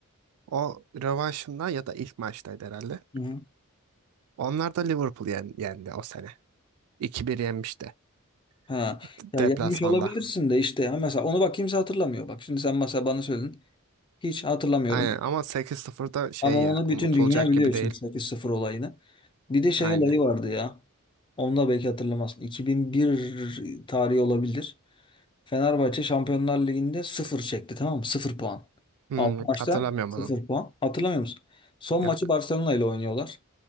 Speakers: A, on the right (about 80°); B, on the left (about 20°).
A: o rövanşında ya da ilk maçtaydı herhalde.
B: Hı.
A: Onlar da Liverpool yen- yendi o sene. 2 bir yenmişti
B: Ha.
A: D-
B: Ya
A: deplasmanda.
B: yapmış olabilirsin de işte. Ha mesela onu bak kimse hatırlamıyor. Bak şimdi sen mesela bana söyledin. Hiç hatırlamıyorum.
A: Aynen ama 8-0'da şey
B: Ama onu
A: ya
B: bütün
A: unutulacak
B: dünya biliyor
A: gibi
B: şimdi
A: değil.
B: 8-0 olayını. Bir de şey
A: Aynen.
B: olayı vardı ya. Onu da belki hatırlamazsın. 2001 tarihi olabilir. Fenerbahçe Şampiyonlar Ligi'nde sıfır çekti tamam mı? 0 puan.
A: Hmm,
B: 6 maçta
A: hatırlamıyorum
B: sıfır
A: onu.
B: puan. Hatırlamıyor musun? Son
A: Yok.
B: maçı Barcelona ile oynuyorlar.